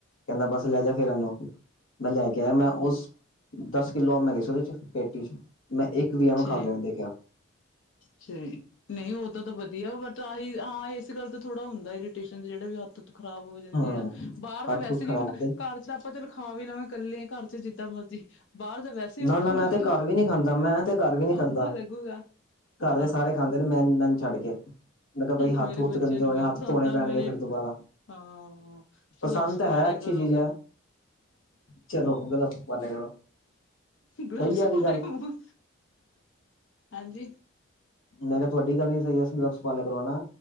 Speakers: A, on the left; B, on the left.
A: ਕਹਿੰਦਾ ਬਸ ਲੈ ਜਾ
B: ਹਾਂ
A: ਫੇਰ ਐਨੂੰ, ਮੈਂ ਲੈ ਕੇ ਆਇਆ
B: ਹਮ
A: ਮੈਂ ਉਸ ਦੱਸ ਕਿੱਲੋ ਅੰਬ ਮਿਲ਼ੇ ਸੀ‌ ਉਹਦੇ ਚ ਪੇਟੀ ਚ, ਮੈਂ ਇੱਕ ਵੀ
B: ਅੱਛਾ
A: ਅੰਬ ਖਾਂ ਕੇ ਨੀ ਦੇਖਿਆ।
B: ਅੱਛਾ ਜੀ, ਨਹੀਂ ਓਦਾਂ ਤਾਂ ਵਧੀਆ ਬਟ ਆਹੀ ਹਾ ਇਸ ਗੱਲ ਤੇ ਥੋੜਾ ਹੁੰਦਾ‌ ਏ ਇਰੀਟੇਸ਼ਨ ਜਿਹੜੇ ਵੀ ਹੱਥ ਖਰਾਬ ਹੋ ਜਾਂਦੇ
A: ਹੂੰ
B: ਆ, ਬਾਹਰ ਤਾਂ
A: ਹੱਥ
B: ਵੈਸੇ
A: ਹੁਥ
B: ਵੀ
A: ਖਰਾਬ
B: ਬੰਦਾ
A: ਹੁੰਦੇ
B: ਘਰ ਚ ਤੇ ਆਪਾਂ ਚਲੋ। ਖਾ ਵੀ ਲਵਾਂਗੇ, ਕੱਲੇ ਆਂ ਘਰ ਚ ਜਿੱਦਾਂ ਮਰਜੀ ਬਾਹਰ ਤਾਂ ਵੈਸੇ ਸੇ ਔਖਾ
A: ਨਾ ਨਾ
B: ਲੱਗੂ,
A: ਮੈਂ ਤੇ ਘਰ ਵੀ ਨੀ ਖਾਂਦਾ ਮੈਂ ਤੇ ਘਰ ਵੀ ਨੀ ਖਾਂਦਾ
B: ਔਖਾ ਲੱਗੂਗਾ। ਹਾਂ,
A: ਘਰ ਦੇ ਸਾਰੇ ਖਾਂਦੇ ਨੇ ਮੈਂ ਮੈਨੂੰ ਛੱਡ ਕੇ ਮੈਂ ਕਿਹਾ ਬਈ ਹੱਥ
B: ਮੇਰੇ
A: ਹੁੱਥ
B: ਬੱਚਿਆਂ
A: ਗੰਦੇ
B: ਨੂੰ
A: ਹੋਣੇ
B: ਬਹੁ
A: ਹੱਥ
B: ਪਸੰਦ
A: ਧੋਣੇ
B: ਆ
A: ਪੈਣਗੇ
B: ਮੇਰੇ
A: ਫਿਰ ਦੁਬਾਰਾ
B: ਹਾਂ,
A: ਪਸੰਦ
B: ਗਲੱਵਸ
A: ਤਾਂ
B: ਪਾਲਿਆ
A: ਹੈ ਅੱਛੀ
B: ਕਰੋ।
A: ਚੀਜ਼ ਹੈ ਚਲੋ ਗਲੱਬਸ ਪਾਂ ਲਿਆ ਕਰੋ।
B: ਗਲਬਸ
A: ਸਹੀ ਹੈ ਵੀ
B: ਪਾਏ
A: ਗੱਲ
B: ਹੋਣ, ਹਾਂਜੀ।
A: ਮੈਂ ਕਿਹਾ ਤੁਆਡੀ ਗੱਲ ਵੀ ਸਈ ਏ, ਵੈਸੇ ਗਲੱਬਸ ਪਾਂ ਲਿਆ ਕਰੋ ਨਾ।